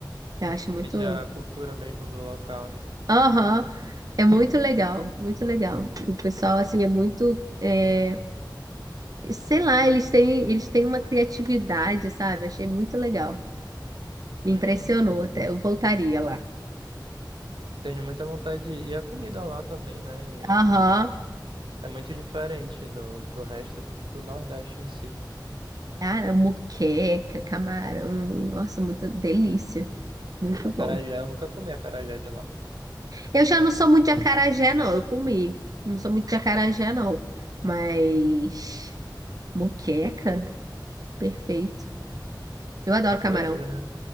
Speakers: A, on the right; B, on the right.
A: Eu acho muito,
B: Sente a cultura mesmo do local, né?
A: aham, é muito legal, muito legal. O pessoal assim é muito eh, Sei lá, eles têm, eles têm uma criatividade, sabe? Achei muito legal. Me
B: Uhum.
A: impressionou até. Eu voltaria lá.
B: Tenho muita vontade de ir. E a comida lá também, né? em-
A: Aham.
B: de- É muito diferente do, do resto do Nordeste em si.
A: Cara, moqueca, camarão. Nossa, muita delícia. Muito
B: Acarajé,
A: bom.
B: eu nunca comi acarajé de lá.
A: Eu já não sou muito de acarajé, não. Eu comi. Não sou muito de acarajé, não. Mas. Moqueca, perfeito. Eu adoro camarão.
B: Pois é.